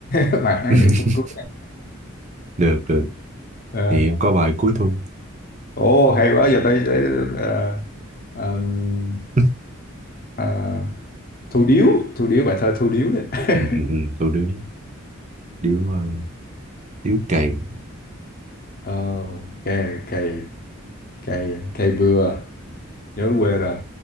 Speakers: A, on the left (about 45°); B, on the right (about 35°).
A: <laughs> Bài hát
B: <laughs>
A: niệm phút cưới.
B: Được được
A: Ờ.
B: Thì em có bài cuối thu
A: Ồ hay quá giờ tôi tôi- ờ, ờm,
B: <laughs>
A: ờ, Thu Điếu Thu Điếu bài thơ Thu Điếu đấy <laughs>
B: ừ, ừ, ừ. Tụi điếu Điếu ờ, Điếu cày
A: Ờ, ok cây cây cây bừa nhớ quê rồi